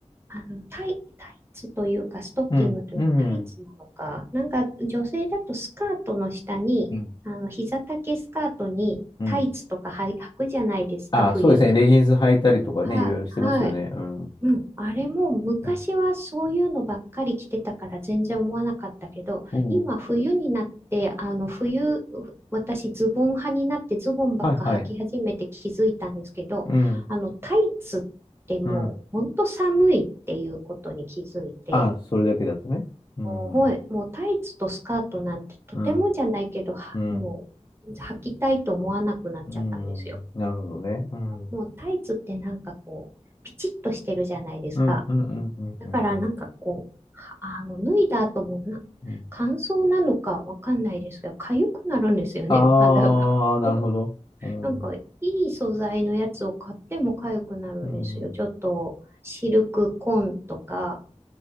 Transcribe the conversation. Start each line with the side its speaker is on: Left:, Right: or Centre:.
Right: あの、タイ、タイツというか、ストッキングというか、
Left: うん、うん、
Right: タイツなのか、なんか女性だとスカートの下に、
Left: うん。
Right: あの、膝丈スカートにタイツとかはい履くじゃないですか、
Left: うん。あ、
Right: 冬。
Left: そうですね。レギンス履いたりとかね、
Right: あ、
Left: いろいろしてますよね。
Right: はい。
Left: うん、
Right: うん。あれも昔はそういうのばっかり着てたから全然思わなかったけど、
Left: うん、うん。
Right: 今冬になって、あの冬、私ズボン派になってズボンばっか履き始めて気づいたんですけど、
Left: はい、はい。うん、
Right: あのタイツってもう本当寒いっていうことに気づいて、
Left: うん。あ、それだけだとね。うん、
Right: はい、もうタイツとスカートなんてとてもじゃないけど、
Left: うん、
Right: はもう履きたいと思わなくなっちゃったんですよ。
Left: うん、うん。なるほどね。うん、うん、
Right: もうタイツってなんかこう、ピチッとしてるじゃないですか。
Left: うん、うん、うん、
Right: だからなんかこう、
Left: うん。
Right: はあの、脱いだ後もな、
Left: うん
Right: 乾燥なのかわかんないですけど、痒くなるんですよね、
Left: ああー、
Right: 肌が。
Left: なるほど。
Right: <laughs>
Left: うん、
Right: なんか、
Left: うん、
Right: いい素材のやつを買っても痒くなるんですよ。
Left: うん、
Right: ちょっと、シルクコーンとか、